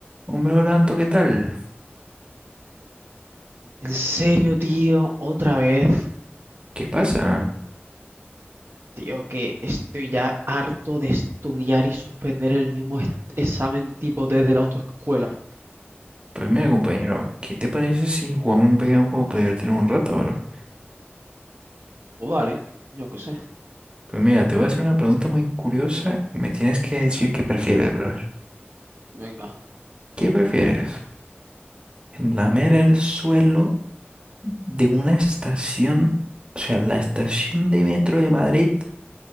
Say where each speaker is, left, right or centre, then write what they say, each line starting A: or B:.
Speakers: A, on the right; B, on the right.
A: Hombre, Orlando, ¿qué tal?
B: En serio, tío, otra vez,
A: ¿Qué pasa?
B: tío, que estoy ya harto de estudiar y suspender el mismo est- examen tipo D de la autoescuela.
A: Pues mira, compañero, ¿qué te parece si jugamos un pequeño juego para divertirnos un rato, bro?
B: O vale, yo qué sé.
A: Pues mira, te voy a hacer una pregunta muy curiosa y me tienes que decir qué prefieres, bro.
B: Venga,
A: ¿Qué prefieres? ¿Lamer el suelo de una estación, o sea, la estación de metro de Madrid?